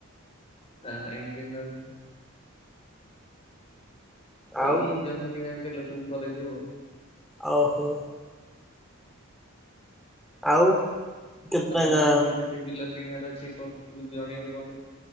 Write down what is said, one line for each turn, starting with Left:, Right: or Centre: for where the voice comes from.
Left: ନା ନା ଇଞ୍ଜିନିୟର୍ ନୁହେଁ।
Centre: ଆଉ
Left: ଏଇ ଜମି କିଣିବିକା ଲୋକଙ୍କୁ କରେଇ ଦଉ ଆଉ।
Centre: ଓହୋ। ଆଉ କେତେ
Left: ଆପଣଙ୍କର
Centre: ଟଙ୍କା
Left: ବି ଯଦି ବିଲ କିଣିବାର ଅଛି କଣ କି ଜଣେଇବେ ମୋତେ।